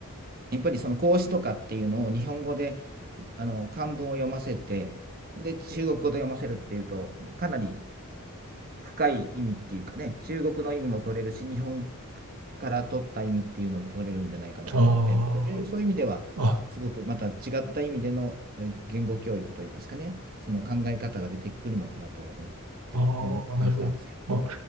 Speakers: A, on the right (about 45°); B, on the right (about 80°).
A: やっぱりその孔子とかっていうのを日本語で、いあの、漢文を読ませて、で、中国語で読ませるっていうと、かなり深い意味っていうかね、中国の意味も取れるし、日本から取った意味っていうのも取れるんじゃないかなと思って、
B: あ
A: そういう、そういう意味では、
B: あ、
A: すごくまた違った意味でのえ言語教育といいますかね、その考え方が出てくるのかなとは思ってる、
B: ああ、
A: 思う、感じたんですけどね。
B: なるほど。ま